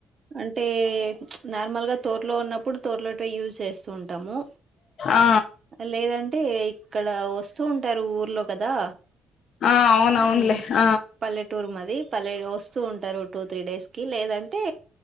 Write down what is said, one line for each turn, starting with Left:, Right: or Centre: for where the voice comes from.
Right: అంటే నార్మల్ గా తోట్ ట్లో ఉన్నప్పుడు తోట్లోటివే యూజ్ చేస్తూ ఉంటాము
Left: ఆ
Right: లేదంటే ఇక్కడ వస్తూ ఉంటారు ఊర్లో కదా
Left: ఆ అవునవునులే
Right: మ్మ్
Left: ఆ
Right: పల్లెటూరు మాది పల్లె వస్తూ ఉంటారు టూ త్రీ డేస్ కి లేదంటే